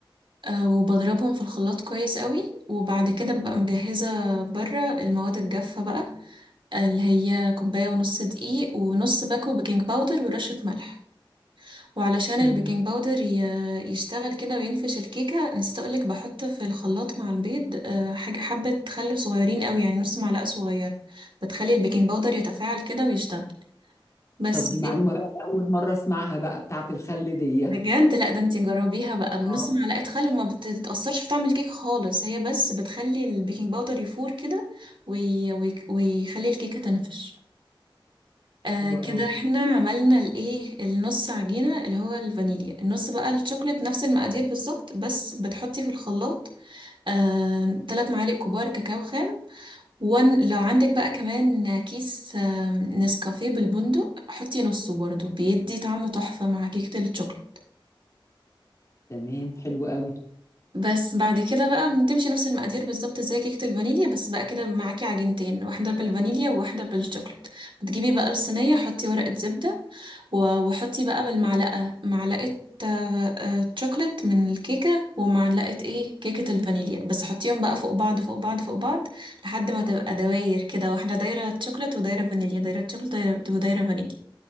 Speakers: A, on the right; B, on the left.
A: آه، وبضربهم في الخلاط كويس قوي وبعد كده ببقى مجهزة بره المواد الجافة بقى اللي هي كوباية ونص دقيق ونص باكو بيكنج باودر ورشة ملح وعلشان
B: مم.
A: البيكنج باودر ي- يشتغل كده وينفش الكيكة نسيت أقولك بحط في الخلاط مع البيض آه، حاجة حبة خل صغيرين قوي يعني نص معلقة صغيرة بتخلي البيكنج باودر يتفاعل كده ويشتغل بس
B: طب دي
A: دي
B: معلومة بقى أنا أول مرة أسمعها بقى بتاعة الخل دي
A: بجد لا ده انتي جربيها بقى بنص
B: اه
A: معلقة خل وما بتتأثرش في طعم الكيك خالص هي بس بتخلي البيكنج باودر يفور كده وي... وي... ويخلي الكيكة تنفش آه
B: حلو
A: كده
B: قوي
A: احنا عملنا الايه النص عجينة اللي هو الفانيليا النص بقى الشوكولات نفس المقادير بالظبط بس بتحطي في الخلاط آه تلات معالق كبار كاكاو خام وان لو عندك بقى كمان كيس آه نسكافيه بالبندق حطي نصه برضه بيدي طعمه تحفة مع كيكة الشوكولات
B: تمام حلو قوي
A: بس بعد كده بقى بتمشي نفس المقادير بالظبط زي كيكة الفانيليا بس بقى كده معاكي عجينتين واحدة بالفانيليا وواحدة بالشوكولات بتجيبي بقى الصينية حطي ورقة زبدة و- وحطي بقى بالمعلقة معلقة آه، آه، شوكولات من الكيكة ومعلقة ايه كيكة الفانيليا بس حطيهم بقى فوق بعض فوق بعض فوق بعض لحد ما تبقى دواير كده واحدة دايرة شوكولات ودايرة فانيليا دايرة شوكولات دايرة ودايرة فانيليا